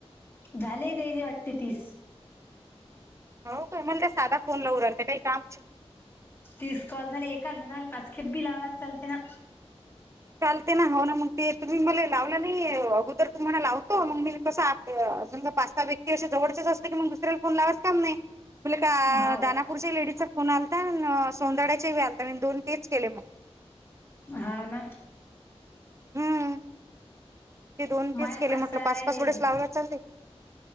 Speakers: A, on the left; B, on the right.
A: झालेय तेचीे वाटते तीस
B: हो का मण त्या स साधा फोन लावू राहत काही काम
A: तीस कॉल झाले एका जणाला पाच खेपबी लावला चालते ना.
B: चालते ना हो ना मग ते तुम्ही मला लावला नाही अगोदर तुम्हाला लावतो मग मी कसं अजून पाच स व्यक्ती अे जवळचेच असत की मग दुसऱ्याला फोन लावाच काम नाही. मुले काना
A: हाव
B: नागपूरच्या लेडीज चा फोन आलता, आन सोनाड्याचे आलता मी दोन तेच केले मग‌.
A: हा ना.
B: हम्म ते दोन तीस
A: माय
B: केले म्हटलं
A: सहा राहिले
B: पाच पाच
A: अजून
B: वेळेस लावला चालते.